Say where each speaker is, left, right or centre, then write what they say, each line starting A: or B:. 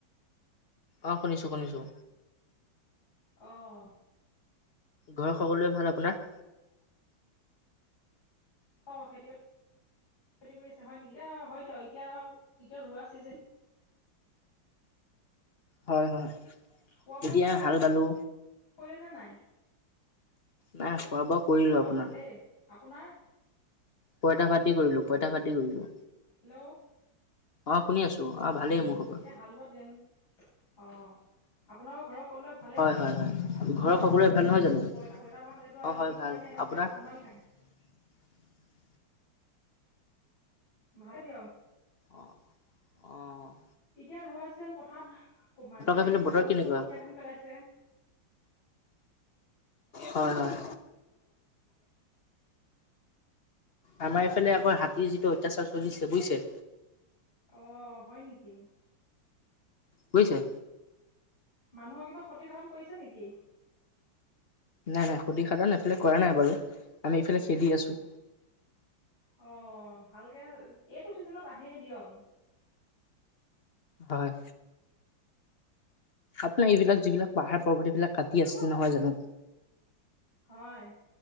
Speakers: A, on the left; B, on the left.
A: অঁ শুনিছোঁ শুনিছোঁ।
B: অঁ।
A: ঘৰত সকলোৰে ভাল আপোনাৰ?
B: অঁ খেতি-বাতি খেতি কৰি আছা, হয় নেকি? ইয় হয় দিয়ক এতিয়া আউ এতিয়া ৰোৱা চিজন
A: হয়, হয়।
B: খোৱা বোৱা
A: এতিয়া হাল বালো
B: কৰিলেনে নাই
A: নাই খোৱা বোৱা কৰিলো
B: অ
A: আপোনাৰ।
B: ভালেই আপোনাৰ?
A: পইতা ভাত দি কৰিলো, পইতা ভাত দি কৰিলো।
B: হেল্ল'
A: অ শুনি আছো। অঁ ভালেই মোৰ খবৰ
B: এতিয়া হাল বোৱা যেন, অ। আপোনাৰো ঘৰৰ সকলোৰে ভালেই
A: অঁ হয়
B: নহ
A: হয় হয় ঘৰৰ
B: নহয়?
A: সকলোৰে ভাল নহয় জানো
B: পইতা পইতা খালেটো আউ
A: অঁ হয়
B: দিনটো
A: ভাল
B: কাৰণে একদম
A: আপোনাৰ
B: পেট ঠাণ্ডা হৈ থাকে।
A: <unintelligible>
B: ভালে দিয়ক।
A: অঁ অঁ।
B: এতিয়া ৰোৱা চিজেন পথাৰত। কৌব মা বা বেলেগেও
A: এইফালে বতৰ
B: মানুহবিলাকে
A: কেনেকুৱা?
B: কঠীয়া ধান পেলাইছে।
A: হয় হয়। আমাৰ এইফালে আকৌ হাতীৰ যিটো অত্যাচাৰ চলিছে বুইছে।
B: অঁ হয় নেকি।
A: বুইছে।
B: মানুহৰ কিবা ক্ষতিসাধন কৰিছে নেকি।
A: নাই নাই ক্ষতিসাধন এইফালে কৰা নাই বাৰু আমি ইফালে খেদি আছো।
B: অ ভালকে এইটো চিজনত আহে দিয়ক।
A: হয়। আপোনাৰ এইবিলাক যিবিলাক পাহাৰ পৰ্বত এইবিলাক কাটি আছে নহয় জানো।
B: হয়